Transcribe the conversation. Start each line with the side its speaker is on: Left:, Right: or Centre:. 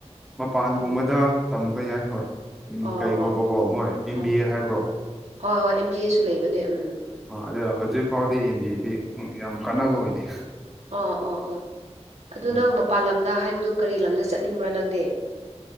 Centre: ꯃꯄꯥꯟꯒꯨꯝꯕꯗ
Right: ꯎꯝ
Centre: ꯇꯝꯕ ꯌꯥꯏ ꯍꯣꯏ ꯎꯝ
Right: ꯑꯣ
Centre: ꯀꯩ
Right: ꯑꯣ
Centre: ꯀꯧꯕꯀꯣ ꯃꯣꯏ ꯑꯦꯝ
Right: ꯑꯣ
Centre: ꯕꯤ ꯑꯦ ꯍꯥꯏꯕ꯭ꯔꯣ
Right: ꯍꯣꯏ ꯍꯣꯏ ꯑꯦꯝ ꯖꯤ ꯑꯦꯁꯨ ꯂꯩꯕꯅꯦ ꯎꯝ
Centre: ꯑ ꯑꯗꯣ ꯍꯧꯖꯤꯛ ꯐꯥꯎꯗꯤ ꯑꯦꯝ ꯕꯤꯗꯤ ꯌꯥꯝ ꯀꯥꯟꯅꯕ ꯑꯣꯏꯗꯦ
Right: ꯑꯣ ꯑꯣ ꯑꯣ ꯑꯗꯨ
Centre: ꯎꯝ
Right: ꯅꯪ ꯃꯄꯥꯟ ꯂꯝꯗ ꯍꯥꯏꯕꯗꯨ ꯀꯔꯤ ꯂꯝꯗ ꯆꯠꯅꯤꯡꯕ꯭ꯔꯥ ꯅꯪꯗꯤ